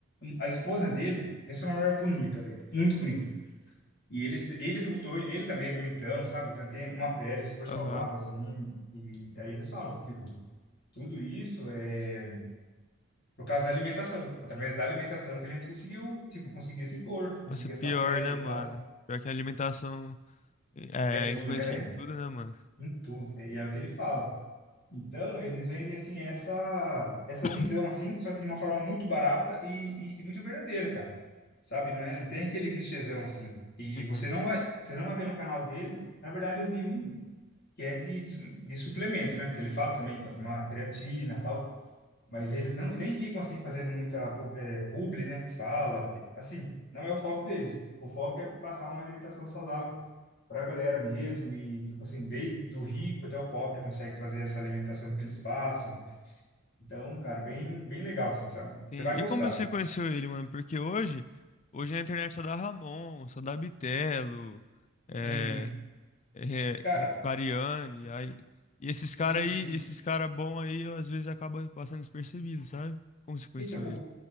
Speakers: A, on the left; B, on the left.
A: A esposa dele, pensa numa mulher bonita, velho, muito bonita. E eles, eles, os dois, ele também é bonitão, sabe? Então tem uma pele super
B: Aham.
A: saudável, assim. E aí eles falam, tipo, tudo isso é por causa da alimentação. Através da alimentação que a gente conseguiu, tipo, conseguir esse corpo, conseguir
B: Nossa, pior,
A: essa pele
B: né, mano?
A: e tal.
B: Pior que a alimentação é,
A: É tudo,
B: influencia
A: né, velho?
B: em tudo, né, mano?
A: Em tudo. E é o que ele fala. Então, eles vendem, assim, essa, essa
B: <coughs>
A: visão, assim, só que de uma forma muito barata e, e, e muito verdadeira, cara. Sabe? Não é, não tem aquele clichêzão, assim. E
B: Uhum.
A: você não vai, você não vai ver no canal dele. Na verdade, eu vi um. que é de, de, de suplemento, né? Porque ele fala também para tomar creatina e tal, mas eles não nem ficam assim fazendo muita pu- eh, publi, né? Que fala, assim, não é o foco deles. O foco é passar uma alimentação saudável para a galera mesmo e tipo assim, desde o rico até o pobre consegue fazer essa alimentação que eles passam. Então, cara, bem bem legal assim, sabe?
B: Entendi.
A: Você vai gostar.
B: E como você conheceu ele, mano? Porque hoje, hoje a internet só dá Ramon, só dá Bitelo, é,
A: Uhum.
B: é,
A: Cara,
B: é, Cariani, aí, e esses
A: sim,
B: caras aí,
A: sim.
B: esses caras bons aí, às vezes acaba passando despercebido, sabe? Como você conheceu
A: Então,
B: ele?